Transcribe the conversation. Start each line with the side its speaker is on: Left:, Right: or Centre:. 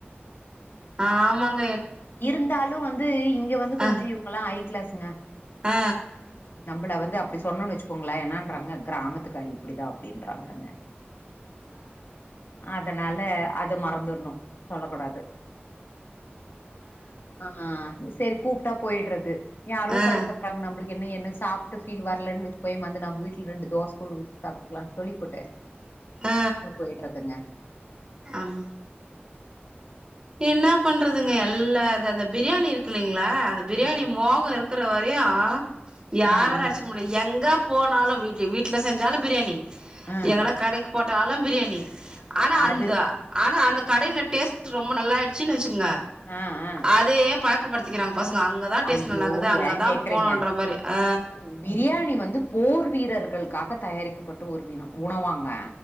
Right: ஆமாங்
Left: இருந்தாலு வந்து இங்க வந்து
Right: ஆ
Left: கொஞ்சோ இவங்கல்லா ஐ கிளாஸுங்க
Right: ஆ
Left: நம்மள வந்து அப்டி சொன்னோனு வச்சுக்கோங்களே என்னன்றாங்க கிராமத்துக்காரி இப்டிதா அப்டின்றாங்கங்க அதனால அது மறந்துட்ணு சொல்ல கூடாது ஆ ஆ சேரி கூப்ட்டா போய்டுறது யாரோ
Right: ஆ
Left: செலவு பண்றாங்க நம்பளுக் என்ன எனக்கு சாப்ட்ட ஃபீல் வரலன்னு வச்சுகோயே வந்து நம் வீட்ல ரெண்டு தோச குழுவு சாப்ட்டுக்கலான்னு சொல்லி போட்டு
Right: ஆ
Left: விட்றதுங்க
Right: ஆமா என்ன பண்றதுங்க எல்லா இது அந்த பிரியாணி இருக்கு இல்லேங்களா அந்த பிரியாணி
Left: ஆ
Right: மோகோ இரு க்குற வரையு யாராலு
Left: ஆ ஆ
Right: அடிச்சுக்க முடியா எங்க போனாலு வீட்டு வீட்ல செஞ்சாலு பிரியாணி
Left: ஆ
Right: எங்கனா கடைக்கு போட்டாலு பிரியாணி ஆனா
Left: அது
Right: அந்த ஆனா அந்த கடைல டேஸ்ட்டு ரொம்ப நல்லாயிடுச்சுனு வச்சுக்குங்க
Left: ஆ ஆ
Right: அதயே பழக்கப்படுத் திகிறாங்க பசங்க அங்கதா டேஸ்ட்
Left: ஐயோ
Right: நல்லாகுது அங்கதா
Left: ஏன் கேக்குறீங்க
Right: போனுன்ற மாரி ஆ
Left: ம். ம். பிரியாணி வந்து போர் வீரர்களுக்காக தயாரிக்கப்பட்ட ஒரு வீனொ உணவாங்க